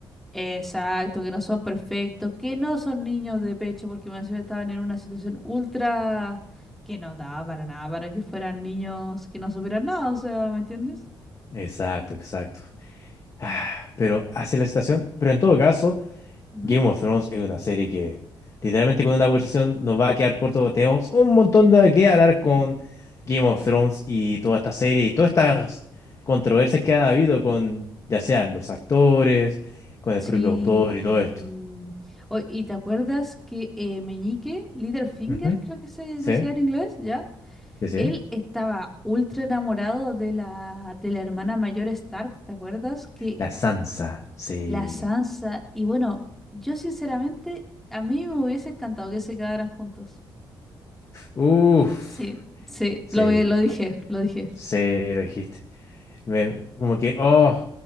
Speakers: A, in the centre; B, on the left.
A: exacto, que no son perfectos, que no son niños de pecho, porque me encima estaban en una situación ultra que no daba para nada, para que fueran niños que no supieran nada, o sea, ¿me entiendes?
B: Exacto, exacto. Ah, Pero hacia
A: Y-
B: la situación, pero en todo caso.
A: ujú.
B: Game of Thrones es una serie que literalmente con una conversación nos va a quedar corto. Tenemos un montón de que hablar con Game of Thrones y toda esta serie y todas estas controversias que ha habido con ya sean los actores, con el
A: Sí.
B: propio autor y todo esto.
A: Oy, ¿y te acuerdas que eh, Meñique, Littlefinger,
B: Ujú.
A: creo que se
B: Sí,
A: decía en inglés, ¿ya?
B: sí, sí.
A: Él estaba ultra enamorado de la, de la hermana mayor Stark, ¿te acuerdas? Que
B: La Sansa, sí.
A: La Sansa. Y bueno, yo sinceramente, a mí me hubiese encantado que se quedaran juntos.
B: Uf,
A: Sí, sí,
B: sí,
A: lo, vi- lo dije, lo dije.
B: sí, lo dijiste. Me- como que, oh,